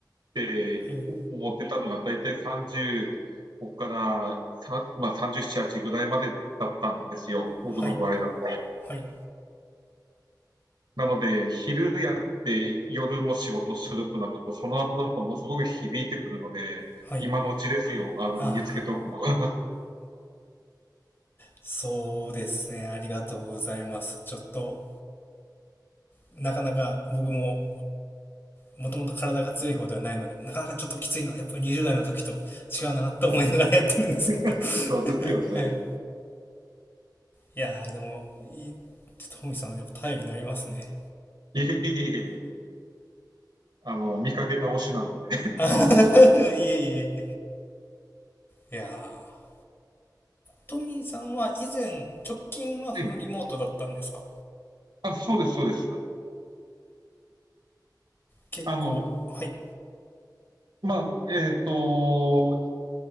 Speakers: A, on the right; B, on the left.
A: て思ってたのが、
B: はい
A: 大体35から、さまあ、37、8ぐらいまでだったんですよ。僕の場合だと。
B: はいはい
A: なので、昼やって夜も仕事するとなると、その後だとものすごく響いてくるので、
B: はい
A: 今のうちですよ、あの、
B: ああ
A: 身につけとくのは。
B: そうですねありがとうございますちょっとなかなか僕ももともと体が強い方ではないので、なかなかちょっときついのはやっぱ20代の時と違うなと思いながらやってるんですけど。
A: <laughs> そうですよね。
B: <laughs> はい。いやーでも、いい、トミーさんはやっぱ頼りになりますね
A: いえいえいえ、あの、見かけ倒しなので。
B: <laughs>。いえいえ。いやートミーさんは以前、直近はフルリモートだったんですか
A: <laughs> あ、そうです、そうです。
B: 結構、
A: あの、
B: はい、
A: まあ、えっと、